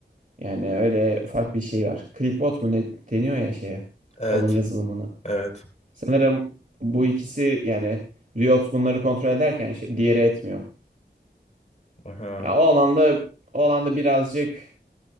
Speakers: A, on the right (about 50°); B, on the left (about 40°).
A: Yani öyle ufak bir şey var. Clickbot mu ne deniyor ya şeye?
B: Evet,
A: Onun yazılımına.
B: evet.
A: Sanırım bu ikisi yani Riot bunları kontrol ederken şey- diğeri etmiyor.
B: Aha.
A: Ya o alanda o alanda birazcık